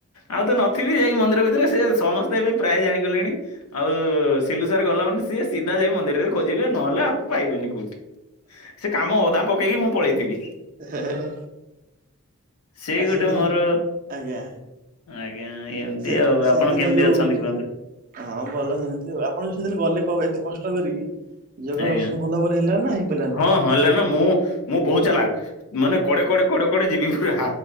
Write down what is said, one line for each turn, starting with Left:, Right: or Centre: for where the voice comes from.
Left: ଆଉ ତ ନଥିବି ଏଇ ମନ୍ଦିର ଭିତରେ ସେ ସମସ୍ତେ ଏବେ ପ୍ରାୟ ଜାଣି ଗଲେଣି। ଆଉ ଏ ସିଲୁସାର ଗଲା ମାନେ ସିଏ ସିଧା ଯାଇ ମନ୍ଦିରରେ ଖୋଜିବେ ନହେଲେ ଆକୁ ପାଇବେନି କୋଉଠି। ସେ କାମ ଅଧା ପକେଇକି ମୁଁ ପଳେଇଥିବି।
Right: ହେ ହେ ହେ
Left: ସେଇ
Right: ଆ
Left: ଗୋଟେ
Right: ସେଦିନ
Left: ମୋର
Right: ଆଜ୍ଞା।
Left: ଆଜ୍ଞା ଏମିତି
Right: ସେ
Left: ଆଉ
Right: ସେଦିନ
Left: ଆପଣ କେମିତି
Right: ଯୋଉ
Left: ଅଛନ୍ତି କୁହନ୍ତୁ?
Right: ହଁ ଭଲ ସେମିତି ଆଉ ଆପଣ ସେଦିନ ଗଲେ କଣ ପାଇଁ ଏତେ କଷ୍ଟ କରିକି? ଜଗା
Left: ଆଜ୍ଞା।
Right: ଦର୍ଶନ ଭଲ ଭାବରେ ହେଲାନା ହେଇ ପାରିଲାନି?
Left: ହଁ ହଁ ହେଲା ନା ମୁଁ ମୁଁ ବହୁତ ଚାଲାକ ମାନେ କଡ଼େ କଡ଼େ କଡ଼େ କଡ଼େ ଯିବି ପୁରା